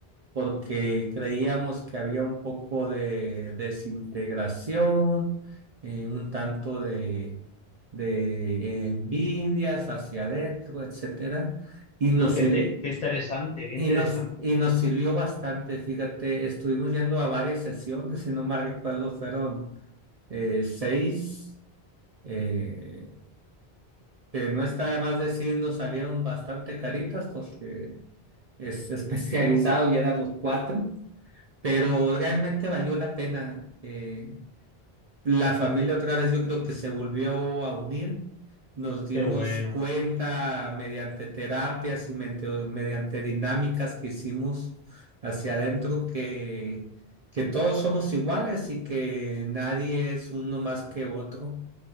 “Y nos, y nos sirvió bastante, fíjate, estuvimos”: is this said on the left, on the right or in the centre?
Right